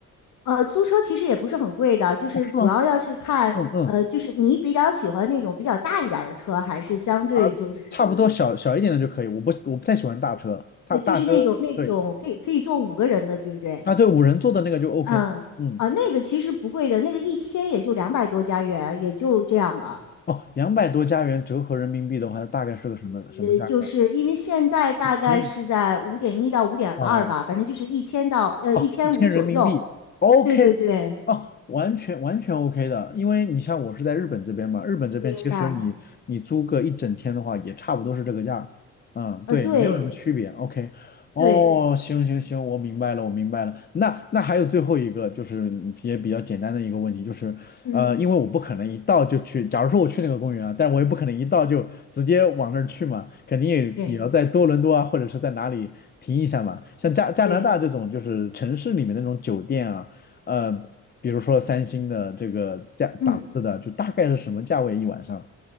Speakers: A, on the left; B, on the left.
A: 呃，租车其实也不是很贵的，就是主要要是看，
B: 哦，是吗？嗯嗯，
A: 呃，就是你比较喜欢那种比较大一点儿的车，还是相对就是，
B: 啊，差不多小小一点的就可以，我不我不太喜欢大车，大大车，
A: 呃，就是那种那种可以可以坐五个人的，
B: 对，
A: 对不对？
B: 啊对，五人座的那个就 OK，
A: 嗯，
B: 嗯，
A: 啊，那个其实不贵的，那个一天也就两百多加元，也就这样了。
B: 哦，两百多加元折合人民币的话，大概是个什么什么价格啊
A: 呃，就是因为现在大概是在五点一到五点二吧，
B: 可以啊
A: 反正就是一千到呃一千五左右。
B: 哦，一千人民币，OK，
A: 对对对，
B: 啊，完全完全 OK 的，因为你像我是在日本这边嘛，日本这边其实你你租个一整天的话，
A: 明白。
B: 也差不多是这个价儿，嗯，
A: 呃，
B: 对，
A: 对
B: 没有什么区别，OK，哦，
A: 对，
B: 行行行，我明白了，我明白了，那那还有最后一个就是也比较简单的一个问题，就是呃，
A: 嗯，
B: 因为我不可能一到就去，假如说我去那个公园啊，但我也不可能一到就直接往那儿去嘛，肯定也也要在多伦多啊，
A: 对
B: 或者是在哪里停一下嘛。像加加拿大这种就是城市里面那种酒店啊，
A: 对，
B: 呃，比如说三星的这个价档次的，
A: 嗯。
B: 就大概是什么价位一晚上？